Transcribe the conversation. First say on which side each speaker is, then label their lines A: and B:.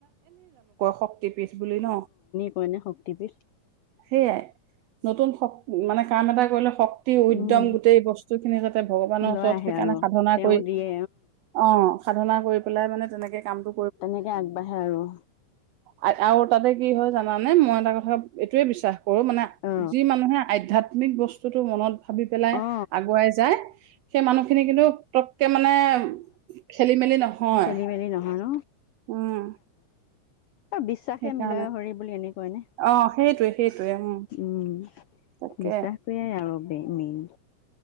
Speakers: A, on the right; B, on the left.
A: শক্তিত। বিছ বুলি ন?
B: অ, এনে শক্তি পীঠ
A: সেয়াই নতুন শক মানে কাম এটা কৰিলে শক অতি উদ্যম
B: উম
A: গোটেই বচ <unintelligible> তে ভগৱানৰ
B: লৈ
A: ওচৰত
B: আহে
A: সেইকাৰণে
B: আৰু
A: সাধনা
B: তেওঁ
A: কৰি
B: দিয়ে
A: অ, সাধনা কৰি পেলাই মানে তেনেকে কামটো
B: তেনেকে আগবাঢ়ে আৰু
A: আ আৰু তাতে কি হয় জানা? মানে মই এটা কথা এইটোৱে বিশ্বাস কৰোঁ মানে
B: অ
A: যি মানুহে আধ্যত আমিক বস্তুটো মনত ভাবি পেলাই
B: অ
A: আগুৱাই যায়। সেই মানুহখিনি কিন্ত তো কে মানে খেলি মেলি নহয়,
B: খেলি মেলি নহয় ন
A: উম।
B: এই বিশ্বাসে
A: সেইকাৰণে
B: মিলয় হৰি বুলি এনেকুৱাই নে
A: অ সেইটোৱে সেইটোৱে উম
B: উম,
A: তাকে
B: বিশ্বাসটোৱেই আৰু <inaudible> দে মেইন